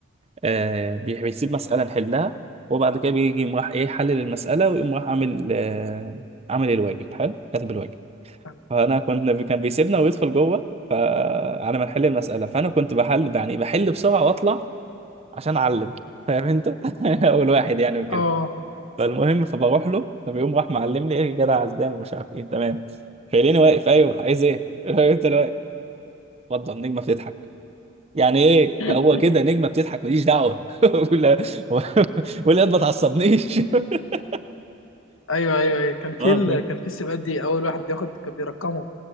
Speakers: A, on the right; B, on the left.
A: آه بيح- بيسيب مسألة نحلها وبعد كده بيجي يقوم راح ايه حلل المسألة ويقوم راح عامل آه عامل الواجب حلو كاتب الواجب
B: فاهم.
A: فأنا كنت كان بيسيبنا ويدخل جوه فعلى ما نحل المسألة فأنا كنت بحل يعني بحل بسرعة وأطلع عشان أعلم فاهم أنت <laughs> أول واحد يعني وكده
B: اه
A: فالمهم فبروح له فبيقوم راح معلم لي ايه يا جدع عزام ومش عارف ايه تمام فيليني واقف ايوه عايز ايه؟ <laughs> قلت له انت اللي واقف اتفضل نجمة بتضحك يعني ايه
B: <clears throat>
A: هو كده نجمه بتضحك ماليش دعوه <laughs> ولا ولا ما تعصبنيش <laughs>
B: ايوه ايوه ايوه كان في
A: اه
B: ال...
A: فاهم.
B: كان في السباقات دي اول واحد بياخد كان بيرقمه